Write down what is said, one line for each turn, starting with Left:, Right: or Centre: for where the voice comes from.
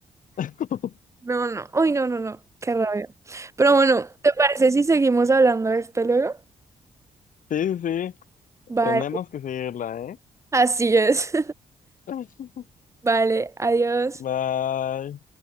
Left: <laughs>
Right: No, no. Uy, no, no, no. Qué rabia. Pero bueno, ¿te parece si seguimos hablando de esto luego?
Left: Sí, sí,
Right: Vale.
Left: tenemos que seguirla, ¿eh?
Right: Así es.
Left: <laughs>
Right: <laughs> Vale, adiós.
Left: Bye.